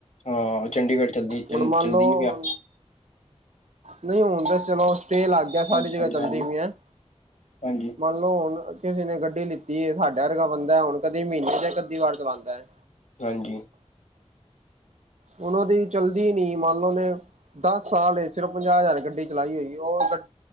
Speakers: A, on the left; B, on the right.
A: ਹਾਂ ਚੰਡੀਗੜ੍ਹ ਚੱਲਦੀ ਚ
B: ਹੁਣ ਮੰਨ
A: ਚੱਲਦੀ
B: ਲਓ
A: ਨੀ ਪਿਆ
B: ਨਹੀਂ ਹੁਣ ਤਾਂ ਚਲੋ ਸਟੇਅ ਲੱਗ ਗਿਆ ਸਾਰੀ
A: ਹਾਂਜੀ-ਹਾਂਜੀ-ਹਾਂਜੀ-ਹਾਂਜੀ।
B: ਜਗ੍ਹਾ ਚੱਲਦੀ ਵੀ ਹੈ ਮੰਨ ਲਓ ਹੁਣ ਕਿਸੇ ਨੇ ਗੱਡੀ ਲਿੱਤੀ ਹੈ ਸਾਡਾ ਵਰਗਾ ਬੰਦਾ ਹੁਣ ਕਦੀ ਮਹੀਨੇ ਤੇ ਕੱੀ ਵਾਰ ਚਲਾਉਦਾ ਹੈ।
A: ਹਾਂਜੀ।
B: ਉਹਨਾਂ ਦੀ ਚਲਦੀ ਨੀ, ਮੰਨ ਲਓ ੳਹਨੇ ਦਸ ਸਾਲ 'ਚ ਸਿਰਫ ਪੰਜਾਹ ਹਜ਼ਾਰ ਗੱਡੀ ਚਲਾਈ ਹੋਈ ਏ। ਉਹ ਗੱ